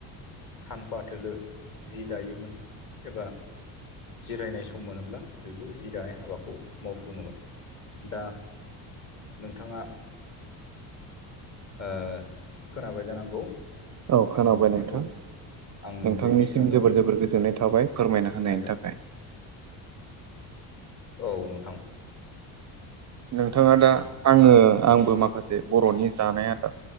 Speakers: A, on the left; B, on the right.
A: सानफा थोलो जि दायोमोन एबा जिरायनाय सम मोनोब्ला बेखौ जिदानाय हाबाखौ मावफुङोमोन। दा नोंथाङा ओ खोनाबाय जानांगौ
B: औ खोनाबाय
A: आंनि बुंनायखौ
B: नोंथां।
A: आं
B: नोंथांनिसिम
A: बेखिनियावनो
B: जोबोर जोबोर गोजोननाय थाबाय फोरमायना होनायनि
A: बुंनाय जाबाय
B: थाखाय
A: औ नोंथां।
B: नोंथाङा दा आङो आंबो माखासे बर'नि जानाय आदार